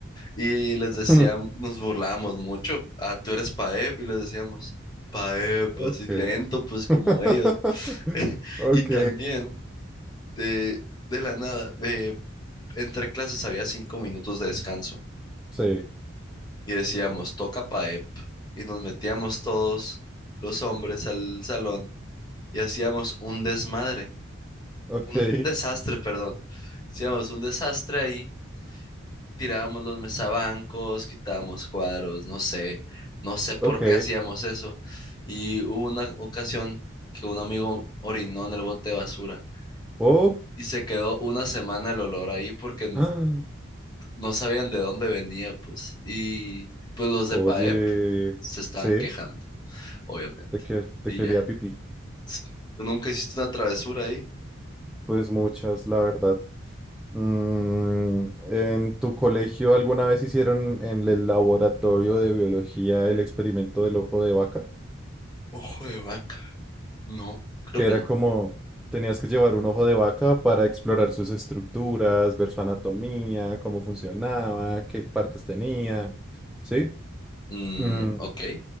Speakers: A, on the left (about 20°); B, in the centre.
A: Y les
B: <laughs>
A: decíamos, nos burlábamos mucho. Ah, tú eres Paep, y les decíamos, Paep,
B: ok.
A: así lento, pues como
B: <laughs>
A: ellos. <laughs>
B: Ok,
A: Y también, de, de la nada, eh, entre clases había cinco minutos de descanso.
B: sí,
A: Y decíamos, toca Paep. Y nos metíamos todos los hombres al salón y hacíamos un desmadre,
B: ok,
A: un, un desastre, perdón. Hacíamos un desastre ahí tirábamos los mesabancos, quitábamos cuadros, no sé, no sé por
B: ok.
A: qué hacíamos eso. Y hubo una ocasión que un amigo orinó en el bote de basura
B: Oh,
A: y se quedó una semana el olor ahí porque n-
B: <gasps> ah,
A: no sabían de dónde venía, pues. Y pues los de
B: oye,
A: PAEP se estaban
B: sí,
A: quejando, obviamente.
B: ¿de qué, de
A: Y
B: qué
A: ya.
B: olía pipí?
A: Sí. ¿Tú nunca hiciste una travesura ahí?
B: Pues muchas, la verdad. Mm, ¿en tu colegio alguna vez hicieron en el laboratorio de biología el experimento del ojo de vaca?
A: Ojo de vaca. No, creo
B: Que
A: que
B: era
A: no.
B: como tenías que llevar un ojo de vaca para explorar sus estructuras, ver su anatomía, cómo funcionaba, qué partes tenía, ¿sí?
A: Mm,
B: Mm,
A: ok.